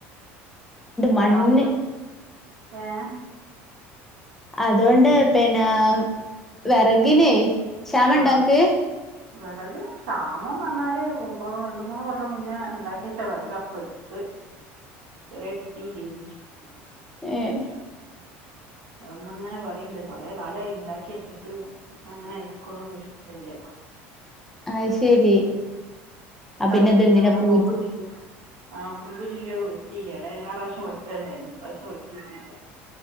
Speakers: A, in the centre; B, on the right.
A: മണ്ണ്
B: ഗ്യാസ് ഏ
A: അതുകൊണ്ട് പിന്നെ വിറകിനെ ക്ഷാമം ഉണ്ടോ
B: ആ
A: ഇങ്ങക്ക്
B: വിറക് ക്ഷാമംന്ന്പറഞ്ഞാല് ഇപ്പോ രണ്ട് മൂന്ന് കൊല്ലം മുന്നേ ഉണ്ടാക്കിയച്ചാ വിറകാ ഇപ്പം ഇട് കൊറേ ഇട്ത്തീല്ലെനി
A: ഏഹ്
B: അത് ഇമ്മ ഇങ്ങനെ പറയണ്ട് കുറെ കാലായി ഇണ്ടാക്കിയെച് ച്ച്ട്ട് അങ്ങനെ എടുക്ക്ണൊന്നും ഇഷ്ടല്ല
A: ആഹ് ശരി
B: ഇപ്രാവശ്യം
A: ആ പിന്നെ അതെന്തിനാ
B: അങ്ങനെ
A: പൂ
B: കൊമ്പും ചില്ലി ആ കൊമ്പും ചില്ലിം ഒന്നും വെട്ടില്ല ലെ എല്ലാറാശ്യവും വെട്ടൽണ്ടെയ്നി ഇപ്രാവശ്യം വെട്ടില്ല